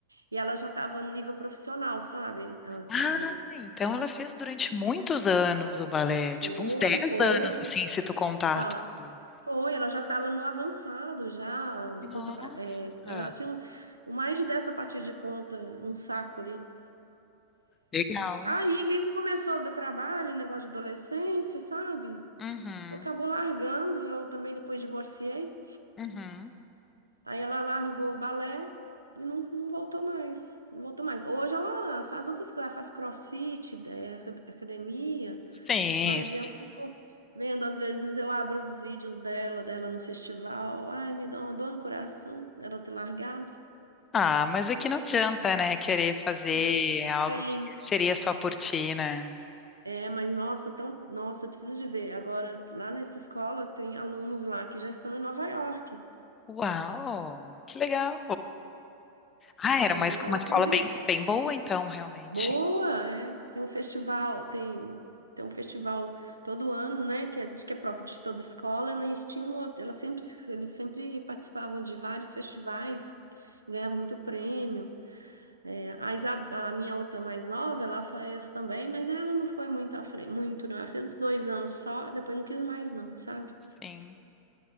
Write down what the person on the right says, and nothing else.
E ela já tava no nível profissional, sabe? Ela tava,
foi,
foi,
fala,
foi, ela já tava no avançado, já, de,
com, sapa- é, ela tinha um, um mais de 10 sapatilhas de ponta num saco ali.
Aí que começou a dar trabalho, negócio de adolescência, sabe?
Acabou largando, eu também depois divorciei.
Aí ela largou o balé e não, não voltou mais. Não voltou mais. Hoje ela faz outras coisas, ela faz crossfit, é, aca- academia,
mas
eu fico vendo, às vezes eu abro os vídeos dela, dela no festival. Ai, me dá uma dor no coração dela ter largado.
É.
Tem,
é, mas nossa, tão, nossa, eu preciso de ver. Agora, lá nessa escola tem alunos lá que já estão em Nova York.
E
ela
poder,
Boa, é. Tem um festival, tem, tem um festival todo ano, né? Que é, de- que é próprio de toda escola, mas tinha um outro, ela sempre, eles sempre participavam de vários festivais, ganhavam muito prêmio. É, a, Isa- a minha outra mais nova, ela fez também, mas ela não foi muito à frente, muito, não. Ela fez os dois anos só, depois não quis mais, não, sabe?